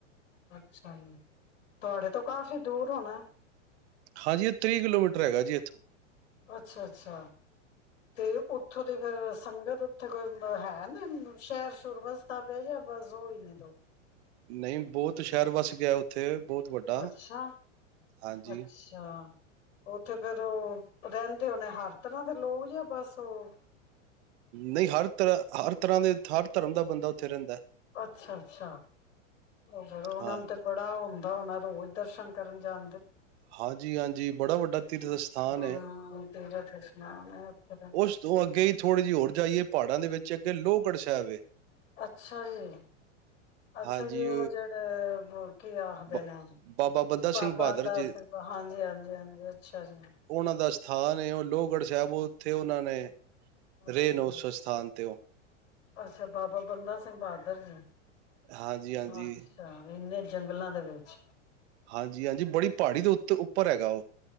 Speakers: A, on the left (about 70°); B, on the right (about 55°).
A: ਹਾਂਜੀ, ਤੁਹਾਡੇ ਤੋਂ ਕਾਫ਼ੀ ਦੂਰ ਹੋਣਾ।
B: ਹਾਂਜੀ, ਇਹ ਤੀਹ ਕਿਲੋਮੀਟਰ ਹੈਗਾ ਜੀ ਇੱਥੋਂ
A: ਅੱਛਾ- ਅੱਛਾ ਤੇ ਉੱਥੋਂ ਦੀ ਫਿਰ ਸੰਗਤ ਉੱਥੇ ਕੋਈ ਤ ਹੈ ਨ ਸ਼ਹਿਰ ਸ਼ੁਰਬਸਤਾ ਪਿਆ ਜਾਂ ਬਸ ਉਹੀ ਨੇ ਦੋ
B: ਨਹੀਂ ਬਹੁਤ ਸ਼ਹਿਰ ਵੱਸ ਗਿਆ ਉੱਥੇ ਬਹੁਤ ਵੱਡਾ
A: ਅੱਛਾ-
B: ਹਾਂਜੀ
A: ਅੱਛਾ। ਉੱਥੇ ਫਿਰ ਉਹ ਰਹਿੰਦੇ ਹੋਣੇ ਹਰ ਤਰ੍ਹਾਂ ਦੇ ਲੋਕ ਜ ਬਸ ਉਹ
B: ਨਹੀਂ ਹਰ ਤਰ੍ਹਾਂ ਹਰ ਤਰ੍ਹਾਂ ਦੇ ਹਰ ਧਰਮ ਦਾ ਬੰਦਾ ਉੱਥੇ ਰਹਿੰਦਾ
A: ਅੱਛਾ- ਅੱਛਾ, ਫਿਰ ਉਹਨਾਂ
B: ਹਾਂਜੀ
A: ਨੂੰ ਤੇ ਬੜਾ ਉਹ ਹੁੰਦਾ ਤਾਂ ਉਹ ਨਾ ਰੋਜ਼ ਦਰਸ਼ਨ ਕਰਨ ਜਾਂ
B: ਹਾਂਜੀ- ਹਾਂਜੀ ਬੜਾ ਵੱਡਾ ਤੀਰਥ ਸਥਾਨ
A: ਹਮ
B: ਹੈ,
A: ਤੀਰਥ ਇਸ਼ਨਾਨ ਹੈ ਉੱਥੇ ਦਾ
B: ਉਸ ਤੋਂ ਅੱਗੇ ਹੀ ਥੋੜ੍ਹੇ ਜਿਹੀ ਹੋਰ ਜਾਈਏ ਪਹਾੜਾਂ ਦੇ ਵਿੱਚ ਤੇ ਅੱਗੇ ਲੋਹਗੜ੍ਹ ਸਾਹਿਬ ਏ।
A: ਅੱਛਾ ਜੀ, ਅੱਛਾ
B: ਹਾਂਜੀ
A: ਜੀ ਉਹ ਜਿਹੜੇ ਹੂੰ। ਕੀ ਆਖਦੇ
B: ਬ
A: ਨੇ
B: ਬਾਬਾ ਬੰਦਾ
A: ਬਾਬਾ
B: ਸਿੰਘ ਬਹਾਦਰ
A: ਦਾ
B: ਜੀ
A: ਹਾਂਜੀ- ਹਾਂਜੀ- ਹਾਂਜੀ, ਅੱਛਾ ਜੀ।
B: ਉਹਨਾਂ ਦਾ ਸਥਾਨ ਹੈ, ਉਹ ਲੋਹਗੜ੍ਹ ਸਾਹਿਬ ਉੱਥੇ ਉਹਨਾਂ ਨੇ
A: ਅੱਛਾ
B: ਰੇ ਨੂੰ ਉਸ ਸਥਾਨ ਤੇ ਉਹ
A: ਅੱਛਾ, ਬਾਬਾ ਬੰਦਾ ਸਿੰਘ ਬਹਾਦਰ ਜੀ
B: ਹਾਂਜੀ ਹਾਂਜੀ
A: ਅੱਛਾ ਇਨੇ ਜੰਗਲਾਂ ਦੇ ਵਿੱਚ
B: ਹਾਂਜੀ- ਹਾਂਜੀ, ਬੜੀ ਪਹਾੜੀ ਦੇ ਉੱਤੇ ਉੱਪਰ ਹੈਗਾ ਉਹ